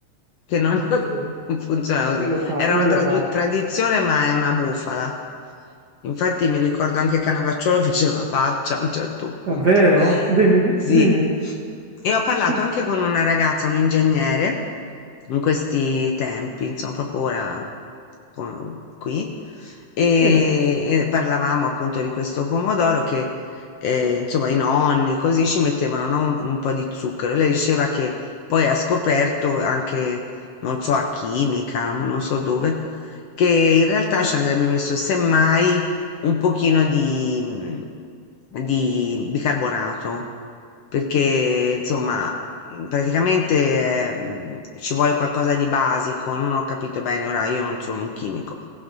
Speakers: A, on the left (about 70°); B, on the right (about 55°).
A: che non, <laughs>
B: Sì.
A: non funziona così.
B: Io lo fa-
A: Era una
B: io
A: tradu-
B: lo faccio.
A: tradizione, ma è una bufala. Infatti mi ricordo anche Canavacciolo fece una faccia a un certo punto.
B: Davvero?
A: <laughs>
B: Dimmi, di-
A: Sì.
B: dimmi.
A: E ho parlato
B: Che-
A: anche con una ragazza, un ingegnere, in questi tempi, insomma, proprio ora con- qui, e
B: Sì.
A: e parlavamo appunto di questo pomodoro che eh, insomma i nonni, così ci mettevano, no, un, un po' di zucchero. Lei diceva che poi ha scoperto anche, non so, a chimica, non so dove, che in realtà ci andrebbe messo semmai un pochino di, mm, di bicarbonato, perché insomma mm, praticamente eh, mm, ci vuole qualcosa di basico, non ho capito bene, ora io non sono un chimico,